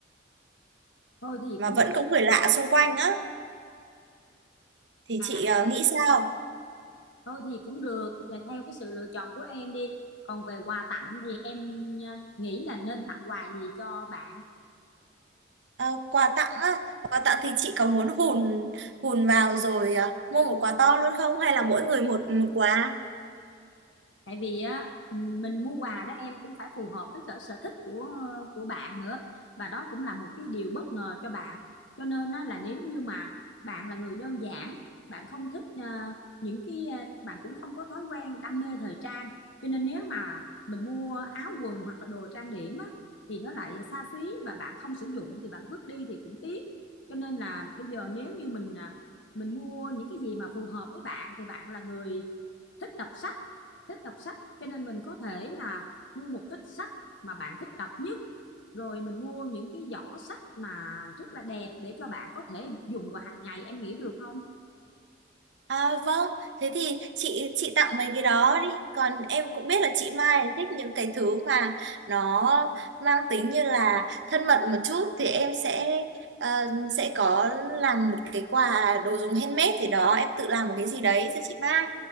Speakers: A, on the left; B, on the right.
A: thôi thì
B: mà
A: cũng
B: vẫn
A: được
B: có người lạ xung quanh á thì
A: à
B: chị ờ, nghĩ sao?
A: thôi thì cũng được là theo cái sự lựa chọn của em đi còn về quà tặng thì em ờ, nghĩ là nên tặng quà gì cho bạn
B: Ờ, quà tặng á, quà tặng thì chị có muốn hùn hùn vào rồi à, mua một quà to luôn không hay là mỗi người một một quà?
A: tại vì á mình mua quà đó em cũng phải phù hợp với cả sở thích của của bạn nữa và đó cũng là một cái điều bất ngờ cho bạn cho nên á là nếu như mà bạn là người đơn giản bạn không thích à, những cái à, bạn cũng không có thói quen đam mê thời trang cho nên nếu mà mình mua áo quần hoặc là đồ trang điểm á thì nó lại xa xí và bạn không sử dụng thì bạn vứt đi thì cũng tiếc cho nên là bây giờ nếu như mình à, mình mua những cái gì mà phù hợp với bạn thì bạn là người thích đọc sách thích đọc sách cho nên mình có thể là mua một ít sách mà bạn thích đọc nhất rồi mình mua những cái giỏ sách mà rất là đẹp để cho bạn có thể dùng vào hàng ngày em nghĩ được không
B: À, vâng, thế thì chị chị tặng mấy cái đó đi. Còn em cũng biết là chị Mai thích những cái thứ mà nó mang tính như là thân mật một chút thì em sẽ ờ, sẽ có làm một cái quà đồ dùng handmade gì đó, em tự làm một cái gì đấy cho chị Mai.